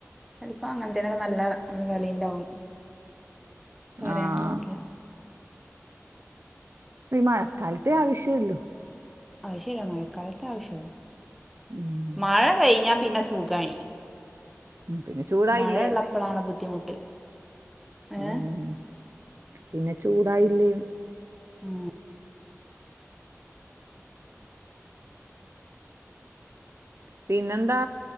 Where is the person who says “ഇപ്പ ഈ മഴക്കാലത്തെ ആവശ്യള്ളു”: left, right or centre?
Right